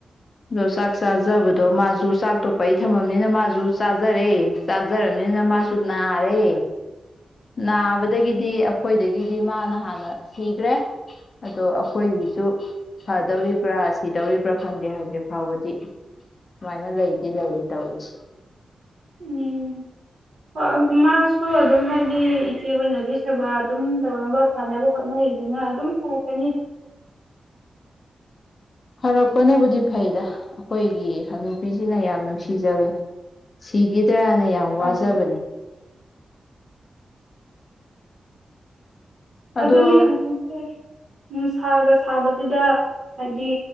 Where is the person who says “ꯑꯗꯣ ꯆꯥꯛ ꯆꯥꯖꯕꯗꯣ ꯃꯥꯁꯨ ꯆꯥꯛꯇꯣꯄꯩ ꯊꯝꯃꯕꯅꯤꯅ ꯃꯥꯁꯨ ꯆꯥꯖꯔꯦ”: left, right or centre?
Left